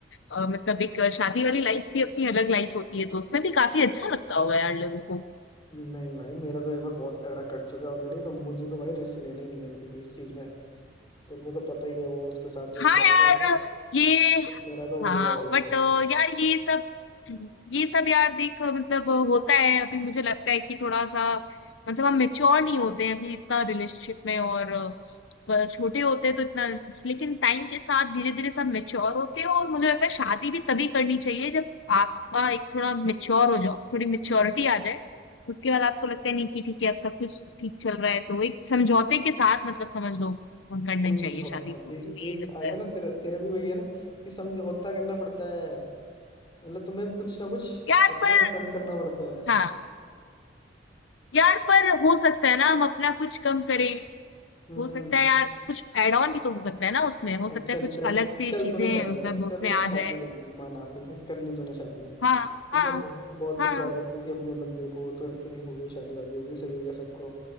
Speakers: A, on the left (about 80°); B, on the left (about 25°).
A: अ, मतलब एक शादी वाली लाइफ भी अपनी अलग लाइफ होती है तो उसमें भी काफी अच्छा लगता होगा यार लोगों को
B: नहीं भाई मेरा तो एक बार बहुत तगड़ा कट चुका है ऑलरेडी तो मुझे तो भाई रिस्क लेना ही नहीं है अब किसी इस चीज में तेरे को तो पता ही है वो उसके साथ जो
A: हाँ
B: चला
A: यार
B: था इतना
A: ये
B: तो मेरा तो उड़
A: हाँ
B: गया भाई तब
A: बट
B: से मन
A: यार ये सब ये सब यार देख मतलब होता है अभी मुझे लगता है कि थोड़ा सा मतलब हम मेच्योर नहीं होते हैं अभी इतना रिलेशनशिप में और अ, ब- छोटे होते हैं तो इतना लेकिन टाइम के साथ धीरे धीरे सब मेच्योर होते हैं और मुझे लगता है शादी भी तभी करनी चाहिए जब आपका एक थोड़ा मेच्योर हो जाओ थोड़ी मेच्योरिटी आ जाए उसके बाद आपको लगता है नहीं कि ठीक है अब सब कुछ ठीक चल रहा है तो एक समझौते के साथ मतलब समझ लो करना
B: समझौता
A: चाहिए शादी को
B: देख
A: तो ये
B: देख
A: लगता
B: आ गया
A: है
B: ना तेरा तेरा भी वही है ना कि समझौता करना पड़ता है मतलब तुम्हें कुछ ना कुछ
A: यार
B: अपना
A: पर
B: कम करना पड़ता है
A: हाँ यार पर हो सकता है ना हम अपना कुछ कम करें
B: हम्म
A: हो सकता है यार कुछ एड ऑन भी तो हो सकता है ना उसमें हो
B: अब
A: सकता
B: चल
A: है कुछ
B: चल
A: अलग से
B: चल
A: चीजें
B: तूने शादी
A: मतलब
B: कर चल
A: उसमें
B: तूने
A: आ
B: शादी
A: जाए
B: कर ली माना ठीक है कर ली तूने शादी
A: हाँ
B: ठीक
A: हाँ
B: है बहुत बहुत
A: हाँ
B: तू प्यार करती थी अपने बंदे को तो तेरी हो गई शादी वादी होगी सही हो गया सबको